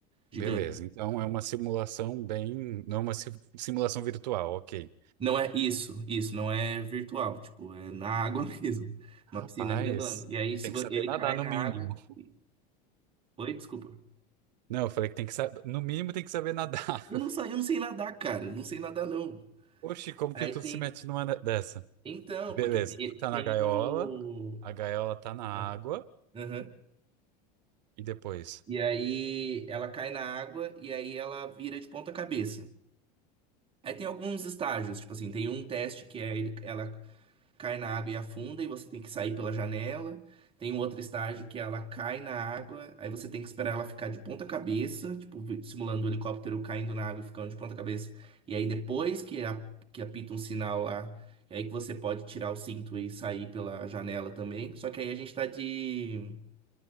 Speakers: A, on the right; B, on the right.
A: Gigante.
B: Beleza, então é uma simulação bem. Não é uma si- simulação virtual, ok.
A: Não é isso, isso, não é virtual, tipo, é na água <laughs> mesmo.
B: Rapaz,
A: Uma piscina grandona. E aí, se
B: tem
A: vo-
B: que saber
A: ele
B: nadar
A: cai
B: no
A: na
B: mínimo.
A: água. e- Oi, desculpa.
B: Não, eu falei que tem que saber. No mínimo tem que saber nadar.
A: Eu
B: <laughs>
A: não sei, eu não sei nadar, cara. Eu não sei nadar, não.
B: Oxi, como
A: Aí
B: que tu
A: tem.
B: se mete numa ne- dessa?
A: Então,
B: Beleza,
A: porque tem,
B: tu tá
A: tem
B: na gaiola,
A: o.
B: a gaiola tá na água,
A: ah, Aham.
B: e depois?
A: E aí ela cai na água e aí ela vira de ponta cabeça. Aí tem alguns estágios, tipo assim, tem um teste que é ele, ela cai na água e afunda, e você tem que sair pela janela. Tem um outro estágio que ela cai na água, aí você tem que esperar ela ficar de ponta cabeça, tipo, vi- simulando o helicóptero caindo na água e ficando de ponta cabeça. E aí depois que, a, que apita um sinal lá, é aí que você pode tirar o cinto e sair pela janela também. Só que aí a gente tá de,